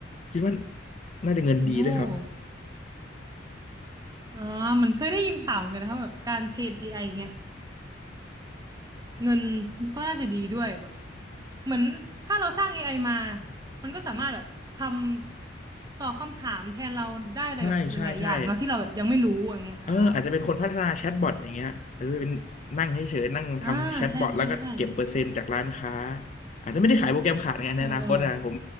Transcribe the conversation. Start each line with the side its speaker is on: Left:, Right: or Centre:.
Left: คิดว่าน่าจะเงินดีด้วยครับ
Right: โอ้อ่ามันเคยได้ยินข่าวเหมือนกันนะครับแบบการเทรน AI อไออย่างเงี้ย เงินก็น่าจะดีด้วยแบบเหมือนถ้าเราสร้าง AI มา มันก็สามารถแบบทำตอบคำถามแทนเราได้อะไรแบบหลายๆอย่างเนาะที่เราแบบยังไม่รู้อย่างเงี้ยอ่า
Left: ใช่ใช่ใช่ เอออาจจะเป็นคนพัฒนาแชทบอทอย่างเงี้ยเอาเป็นนั่งเฉยๆนั่งทำแชทบอทแล้วก็เก็บเปอร์เซ็นต์จากร้านค้า
Right: อ่าใช่ใช่ใช่
Left: อาจจะไม่ได้ขายโปรแกรมขาดไงในอนาคตอ่ะผม
Right: เออ